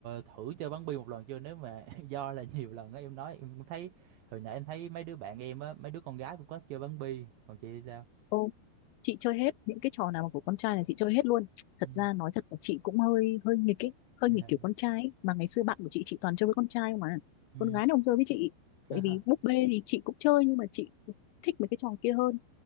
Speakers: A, on the right; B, on the left.
A: thử chơi bắn bi một lần chưa nếu mà <laughs> do là nhiều lần á em nói em cũng thấy hồi nhỏ em thấy mấy đứa bạn em á mấy đứa con gái cũng có chơi bắn bi còn chị thì sao
B: ô chị chơi hết những cái trò nào mà của con trai là chị chơi hết luôn thật
A: ừ
B: ra nói thật là chị cũng hơi hơi nghịch ấy hơi
A: dạ
B: nghịch kiểu con trai ấy. mà ngày xưa bạn của chị chị toàn chơi với con trai không mà
A: ừ
B: con gái nó không chơi với chị
A: <laughs>
B: tại vì búp bê thì chị cũng chơi nhưng mà chị thích mấy cái trò kia hơn